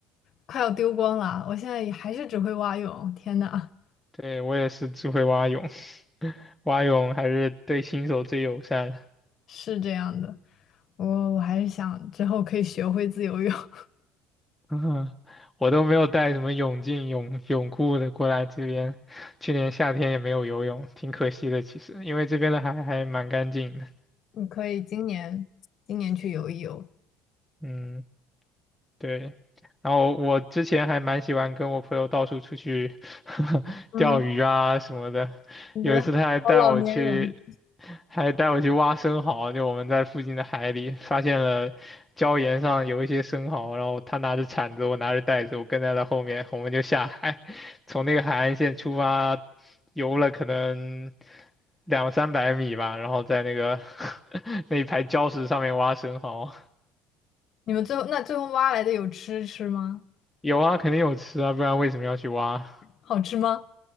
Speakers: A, on the left; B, in the centre.
A: 快要丢光了。我现在也还是只会蛙泳，天呐！
B: 对，我也是只会蛙泳，<laughs> 蛙泳还是对新手最友善。
A: 是这样的，我我还是想之后可以学会自由泳。<laughs>
B: <laughs> 嗯，我都没有带什么泳镜、泳泳裤的过来这边，去年夏天也没有游泳，挺可惜的。其实，因为这边的海还蛮干净的。
A: 你可以今年今年去游一游。
B: 嗯。对，然后我之前还蛮喜欢跟我朋友到处出去 <laughs>
A: 嗯，
B: 钓鱼啊什么的。
A: 你们好老年人。
B: 有一次他还带我去，还带我去挖生蚝，就我们在附近的海里发现了礁岩上有一些生蚝，然后他拿着铲子，我拿着袋子，我跟在他后面，我们就下海，从那个海岸线出发，游了可能两三百米吧，然后在那个 <laughs> 那一排礁石上面挖生蚝。
A: 你们最后那最后挖来的有吃吃吗？
B: 有啊，肯定有吃啊，不然为什么要去挖？
A: 好吃吗？